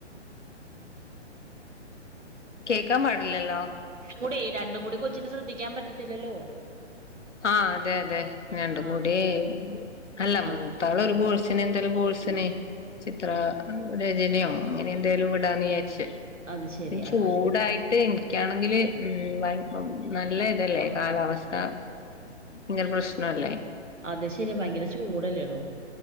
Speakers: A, on the left; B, on the right.
A: കേക്കാൻ പാടില്ലല്ലോ
B: കൂടി രണ്ടും കൂടി കൊച്ചിന് ശ്രദ്ധിക്കാൻ പറ്റത്തില്ലല്ലോ
A: ആഹ് അതെ അതെ രണ്ട്
B: ആ
A: കൂടി ഉ <inaudible> അല്ല മൂത്ത
B: ആ
A: ആള് ഒരു കോഴ്സ് ച്ചിനെ എന്തേലും കോഴ്സിനെ ചിത്ര രചനയോ അങ്ങനെ എന്തേലും വിടാന്ന് വിചാരി ച്ചേ
B: അത് ശരി
A: അതിനു ചൂടായിട്ട്
B: ആ
A: ക്കെ ആണെങ്കില് ഉം നല്ല ഇതല്ലേ കാലാവസ്ഥ ഇങ്ങര പ്രശ്നല്ലേ
B: അത് ശരി ഭയങ്കര ചൂടല്ലേടോ